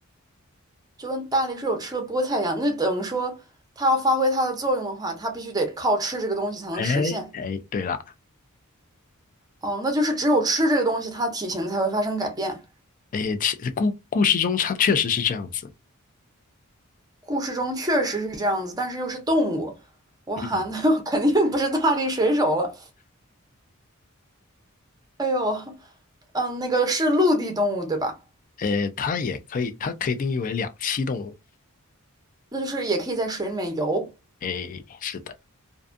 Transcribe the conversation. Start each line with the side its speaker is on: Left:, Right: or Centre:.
Right: 就跟大力水手吃了菠菜一样，那等于说他要发挥它的作用的话，他必须得靠吃这个东西才能实现。
Left: 哎哎，对了，
Right: 哦，那就是只有吃这个东西，它的体型才会发生改变。
Left: 哎，其故故事中它确实是这样子。
Right: 故事中确实是这样子，但是又是动物，哇，
Left: 嗯，
Right: <laughs> 那我肯定不是大力水手了。哎呦，嗯，那个是陆地动物，对吧？
Left: 呃，它也可以，它可以定义为两栖动物。
Right: 那就是也可以在水里面游。
Left: 诶，是的，